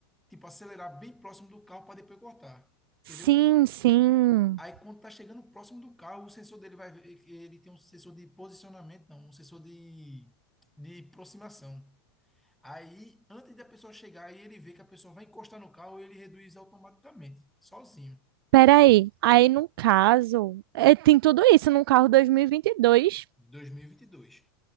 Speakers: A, in the centre; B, on the right.
A: tipo, acelerar bem próximo do carro para depois cortar, entendeu?
B: Sim, sim.
A: Aí, quando tá chegando próximo do carro, o sensor dele vai ver que ele tem um sensor de posicionamento, não, um sensor de, de aproximação. Aí, antes da pessoa chegar, aí ele vê que a pessoa vai encostar no carro e ele reduz automaticamente, sozinho,
B: Peraí. Aí, no caso, é, tem tudo isso num carro 2022.
A: de 2022.